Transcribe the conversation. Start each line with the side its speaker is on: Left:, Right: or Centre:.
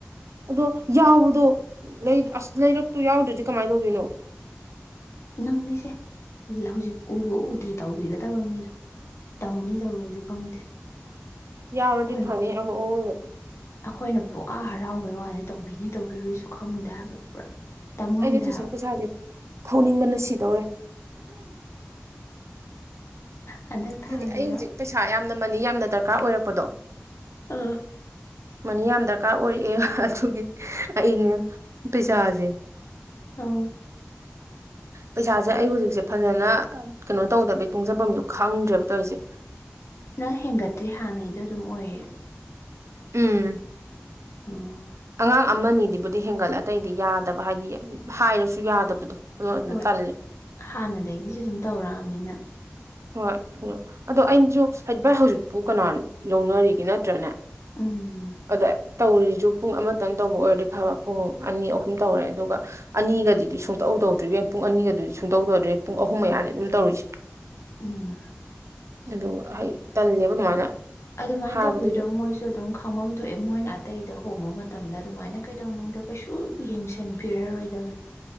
Right: ꯑꯗꯣ ꯌꯥꯎꯕꯗꯣ ꯂꯩ ꯑꯁ ꯂꯩꯔꯛꯇꯣ ꯌꯥꯎꯗ꯭ꯔꯗꯤ ꯀꯃꯥꯏꯅ ꯇꯧꯗꯣꯏꯅꯣ
Left: ꯅꯪꯅꯤꯁꯦ ꯍꯧꯖꯤꯛ ꯎꯕ ꯎꯗ꯭ꯔꯤ ꯇꯧꯕꯤꯒꯗꯕ ꯃꯤꯗꯣ ꯇꯧꯅꯤ ꯇꯧꯔꯣꯏꯁꯨ ꯈꯪꯗꯦ
Right: ꯌꯥꯎꯔꯗꯤ
Left: ꯑꯩꯈꯣꯏ
Right: ꯐꯅꯤ ꯑꯃꯨꯛ ꯑꯥꯑꯣꯏꯕ
Left: ꯑꯩꯈꯣꯏꯅ ꯄꯨꯡꯍꯥ ꯍꯔꯥꯎꯕꯩ ꯋꯥꯅꯤ ꯇꯧꯕꯤꯅꯤ ꯇꯧꯕꯤꯔꯣꯏꯁꯨ ꯈꯪꯗꯦ ꯍꯥꯏꯕ ꯄꯨꯔꯥ ꯇꯝꯉꯝꯗꯦ
Right: ꯑꯩꯩꯗꯤ ꯇꯨꯏꯁꯟ
Left: ꯍꯥꯏꯕ
Right: ꯄꯩꯁꯥꯁꯦ ꯊꯧꯅꯤꯡꯕꯅ ꯁꯤꯗꯧꯔꯦ
Left: ꯍꯟꯗꯛ ꯊꯥꯒꯤꯔ
Right: ꯍꯥꯏꯗꯤ ꯑꯩ ꯍꯧꯖꯤꯛ ꯄꯩꯁꯥ ꯌꯥꯝꯅ ꯃꯅꯤ ꯌꯥꯝꯅ ꯗꯔꯀꯥꯔ ꯑꯣꯏꯔꯛꯄꯗꯣ
Left: ꯑꯥ
Right: ꯃꯅꯤ ꯌꯥꯝ ꯗꯔꯀꯥꯔ ꯑꯣꯏꯔꯛꯑꯦ ꯑꯗꯨꯒꯤ ꯑꯩꯅꯦ ꯄꯩꯁꯥꯁꯦ
Left: ꯑꫭ
Right: ꯄꯩꯁꯥꯁꯦ ꯑꯩ ꯍꯧꯖꯤꯛꯁꯦ ꯐꯖꯅ ꯀꯩꯅꯣ ꯇꯧꯗꯕꯩ ꯇꯨꯡꯖꯐꯝꯗꯣ ꯈꯪꯗ꯭ꯔꯦꯕ ꯇꯧꯔꯤꯁꯦ
Left: ꯅꯪ ꯍꯦꯟꯒꯠꯇ꯭ꯔꯤ ꯍꯥꯟꯅꯩꯗꯣ ꯑꯗꯨꯝ ꯑꯣꯏꯔꯤ
Right: ꯎꯝ
Left: ꯑꯣ
Right: ꯑꯉꯥꯡ ꯑꯃ ꯑꯅꯤꯗꯤꯕꯨꯗꯤ ꯍꯦꯟꯒꯠꯂ ꯑꯇꯩꯗꯤ ꯌꯥꯗꯕ ꯍꯥꯏꯗꯤ ꯍꯥꯏꯔꯁꯨ ꯌꯥꯗꯕꯗꯣ ꯑꯗꫭ ꯑꯗꯨꯝ
Left: ꯍꯣꯏ
Right: ꯇꯜꯂꯦ
Left: ꯍꯥꯟꯅꯗꯒꯤꯁꯨ ꯑꯗꯨꯝ ꯇꯧꯔꯛꯑꯕꯅꯤꯅ
Right: ꯍꯣꯏ ꯑꯗ ꯑꯗꯣ ꯑꯩꯅꯁꯨ ꯚꯥꯏ ꯍꯧꯖꯤꯛꯄꯨ ꯀꯅꯥ ꯂꯧꯅꯔꯤꯒꯦ ꯅꯠꯇ꯭ꯔꯅꯦ
Left: ꯎꯝ
Right: ꯑꯗꯥ ꯇꯧꯔꯤꯁꯨ ꯄꯨꯡ ꯑꯃꯇꯪ ꯇꯧꯕ ꯑꯣꯏꯔꯗꯤ ꯐꯕ ꯄꯨꯡ ꯑꯅꯤ ꯑꯍꯨꯝ ꯇꯧꯔꯦ ꯑꯗꯨꯒ ꯑꯅꯤꯒꯗꯨꯗꯤ ꯁꯨꯡꯇꯧ ꯇꯧꯗ꯭ꯔꯦ ꯏꯕꯦꯝꯃꯥ ꯄꯨꯡ ꯑꯅꯤꯒꯗꯨꯗꯤ ꯁꯨꯡꯇꯧ ꯇꯧꯗ꯭ꯔꯦ ꯄꯨꯡ ꯑꯍꯨꯝ ꯃꯌꯥꯅꯤ ꯑꯗꯨꯝ ꯇꯧꯔꯤꯁꯦ
Left: ꯎꯝ
Right: ꯑꯗꯨ ꯍꯩ ꯇꯜꯂꯦꯕ ꯑꯗꯨꯃꯥꯏꯅ
Left: ꯑꯗꯨꯃꯥꯏꯅ
Right: ꯍꯥꯏꯕꯗꯨꯁꯨ
Left: ꯇꯧꯕꯤꯗꯣ ꯃꯣꯏꯁꯨ ꯑꯗꯨꯝ ꯈꯪꯐꯝ ꯊꯣꯛꯑꯦ ꯃꯣꯏꯅ ꯑꯇꯩꯗ ꯍꯣꯡꯕ ꯃꯇꯝꯗ ꯑꯗꯨꯃꯥꯏꯅ ꯀꯩꯗꯧꯅꯨꯡꯗ ꯀꯩꯁꯨ ꯌꯦꯡꯁꯤꯟꯕꯤꯔꯔꯣꯏꯗꯕꯅꯤ